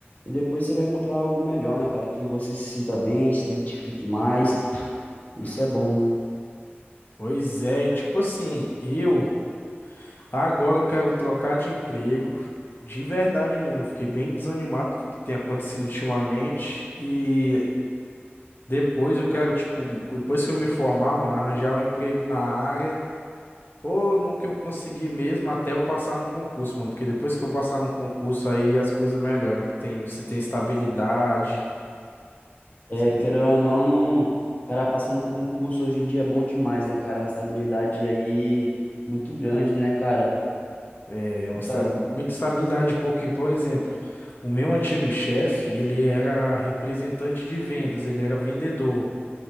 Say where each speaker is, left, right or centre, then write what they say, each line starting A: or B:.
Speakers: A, on the left (about 40°); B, on the left (about 55°).
A: E depois você vai encontrar algo melhor, né, cara? Que você se sinta bem, se identifique mais. Isso é bom.
B: Pois é, tipo assim, eu agora eu quero trocar de emprego. De verdade mesmo, eu fiquei bem desanimado com o que tem acontecido ultimamente. E depois eu quero, tipo, depois que eu me formar, mano, arranjar um emprego na área. Ou no que eu consegui mesmo até eu passar no concurso, mano. Porque depois que eu passar no concurso, aí as coisas melhoram. Que tem, você tem estabilidade,
A: É,
B: Sim.
A: querendo ou não, no... cara passando concurso hoje em dia é bom demais, né, cara? É uma estabilidade aí muito grande, né, cara?
B: é uma,
A: E
B: esta-
A: Tá...
B: muita estabilidade, porque, por exemplo, o meu antigo chefe, ele era representante de vendas, ele era vendedor.